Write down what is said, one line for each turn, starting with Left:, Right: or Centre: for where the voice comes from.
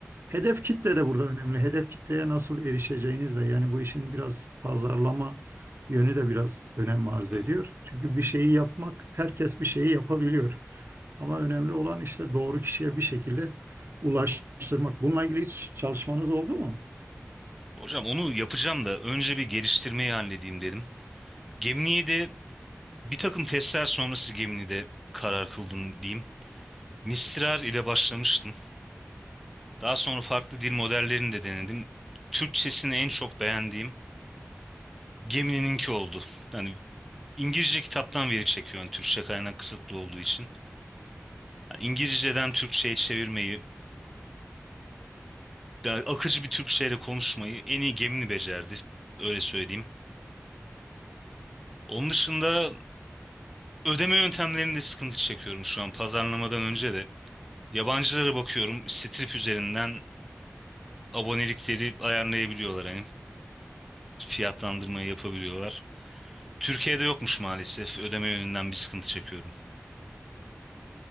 Right: Hedef kitle de burada önemli. Hedef kitleye nasıl erişeceğiniz de yani bu işin biraz pazarlama yönü de biraz önem arz
Centre: hı.
Right: ediyor. Çünkü bir şeyi yapmak herkes bir şeyi yapabiliyor. Ama önemli olan işte doğru kişiye bir şekilde ulaştırmak. Bununla ilgili hiç çalışmanız oldu mu?
Centre: Hocam onu yapacağım da önce bir geliştirmeyi halledeyim dedim. Gemini'yi de bir takım testler sonrası Gemini'de karar kıldım diyeyim. Mistral ile başlamıştım. Daha sonra farklı dil modellerini de denedim. Türkçesini en çok beğendiğim Gemini'ninki oldu. Yani İngilizce kitaptan veri çekiyorum Türkçe kaynak kısıtlı olduğu için. Yani İngilizceden Türkçe'ye çevirmeyi, yani akıcı bir Türkçeyle konuşmayı en iyi Gemini becerdi. Öyle söyleyeyim. Onun dışında ödeme yöntemlerinde sıkıntı çekiyorum şu an pazarlamadan önce de. Yabancılara bakıyorum Strip üzerinden abonelikleri ayarlayabiliyorlar hani fiyatlandırmayı yapabiliyorlar. Türkiye'de yokmuş maalesef ödeme yönünden bir sıkıntı çekiyorum.